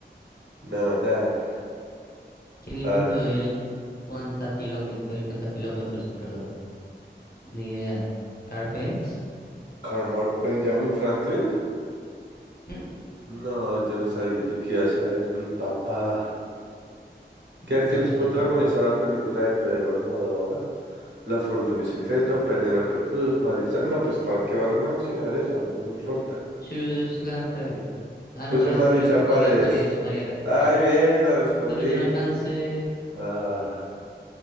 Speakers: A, on the right; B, on the left.
A: No, nada.
B: ¿Quién inventó
A: A ver.
B: el cuenta kilómetro, el cuenta kilómetros? Perdón. Ni idea. Carpent.
A: Carmor- ¿Benjamin Franklin?
B: ¿Mm?
A: No, yo no sabía, yo quería saber, mi papá. ¿Qué actriz
B: Hágale,
A: protagonizó
B: pa.
A: la película de Pedro Almodóvar? La Flor de mi secreto, Penélope Cruz, Marisa. No, pues para qué va a mencionar eso, a mí no me importa.
B: Shoes Lamprey. Ah,
A: Pues
B: no, es
A: de Marisa
B: creo que
A: Paredes.
B: María Paredes. María Paredes,
A: Ay,
B: sí.
A: bien, la respondí.
B: Pero yo no alcancé.
A: Ah,